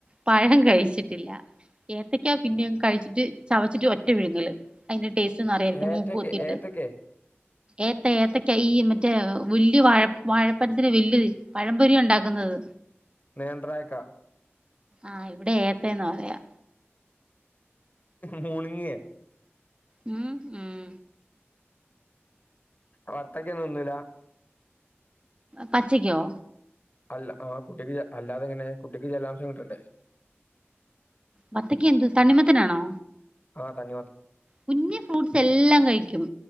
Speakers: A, on the right (about 25°); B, on the left (about 40°).
A: പഴം കഴിച്ചിട്ടില്ല. ഏത്തയ്ക്കാ പിന്നേം കഴിച്ചിട്ട് ചവച്ചിട്ട് ഒറ്റ വിഴുങ്ങല് അയ്ന്റെ ടേസ്റ്റൊന്നും അറിയാരിക്കും
B: ഏത്തക്കെ
A: മൂക്ക് പൊത്തിട്ട്
B: ഏത്തക്കെ
A: ഏത്ത ഏത്തയ്ക്ക ഈ മറ്റേ വല്ല്യ വാഴ വാഴപ്പഴത്തിൻ്റെ വല്ല്യത് പഴംപൊരി ഉണ്ടാക്കുന്നത്.
B: നേന്ത്രായക്കാ
A: ആഹ്, ഇവിടെ ഏത്തയെന്നാ പറയാ
B: മുണുങ്ങേ
A: ഉം, ഉം
B: വത്തയ്ക്ക ഒന്നും തിന്നൂലാ
A: പച്ചയ്ക്കോ?
B: അല്ല ആഹ് കുട്ട്യക്ക് ജ അല്ലാതെങ്ങനെ കുട്ടിക്ക് ജലാംശം കിട്ടണ്ടേ
A: വത്തയ്ക്ക എന്തു തണ്ണിമത്തിനാണോ
B: ആഹ് തണ്ണിമത്തൻ
A: കുഞ്ഞി ഫ്രൂട്ട്സ് എല്ലാം കഴിക്കും